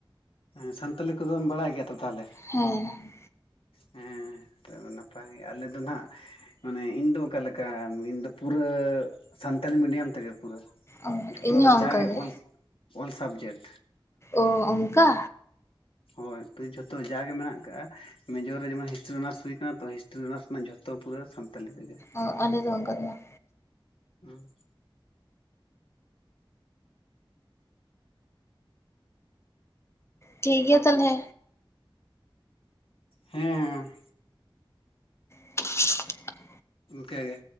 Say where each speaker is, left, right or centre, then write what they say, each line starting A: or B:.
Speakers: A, on the left; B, on the left.
A: ᱦᱮᱸ ᱥᱟᱱᱛᱟᱞᱤ ᱠᱚᱫᱚᱚᱢ ᱵᱟᱲᱟᱭ ᱜᱮᱭᱟ ᱛᱚ ᱛᱟᱦᱚᱞᱮ?
B: ᱦᱮᱸ,
A: ᱦᱮᱸ ᱱᱤᱛᱚᱜ ᱫᱚ ᱱᱟᱯᱟᱭᱜᱮ ᱟᱞᱮ ᱫᱚ ᱱᱟᱸᱜ ᱢᱟᱱᱮ ᱤᱧ ᱫᱚ ᱚᱠᱟᱞᱮᱠᱟ ᱤᱧ ᱫᱚ ᱯᱩᱨᱟᱹ ᱥᱟᱱᱛᱟᱞᱤ ᱢᱤᱰᱤᱭᱟᱢ ᱛᱮᱜᱮ ᱯᱩᱨᱟᱹ᱾
B: ᱚ
A: ᱡᱷᱚᱛᱚ
B: ᱤᱧ ᱦᱚᱸ
A: ᱡᱟᱜᱮ
B: ᱚᱱᱠᱟ ᱜᱮ
A: ᱚᱞ, ᱚᱞ ᱥᱟᱵᱡᱮᱴ᱾
B: ᱚ ᱚᱝᱠᱟ,
A: ᱦᱳᱭ <unintelligible> ᱡᱷᱚᱛᱚ ᱡᱟᱜᱮ ᱢᱮᱱᱟᱜ ᱟᱠᱟᱜ-ᱟ ᱢᱮᱡᱚᱨ ᱨᱮ ᱡᱮᱢᱚᱱ ᱦᱤᱥᱴᱨᱤ ᱚᱱᱟᱨᱥ ᱦᱩᱭ ᱟᱠᱟᱱᱟ ᱛᱚ ᱦᱤᱥᱴᱨᱤ ᱚᱱᱟᱨᱥ ᱨᱮᱱᱟᱜ ᱡᱷᱚᱛᱚ ᱯᱩᱨᱟᱹ ᱥᱟᱱᱛᱟᱞᱤ ᱛᱮᱜᱮ᱾
B: ᱚ ᱟᱞᱮ ᱫᱚ ᱚᱱᱠᱟ ᱫᱚ ᱵᱟᱝ᱾
A: <inaudible>
B: ᱴᱷᱤᱠ ᱜᱮᱭᱟ ᱛᱟᱦᱞᱮ᱾
A: ᱦᱮᱸ ᱦᱮᱸ,
B: <inaudible>
A: ᱤᱱᱠᱟᱹ ᱜᱮ᱾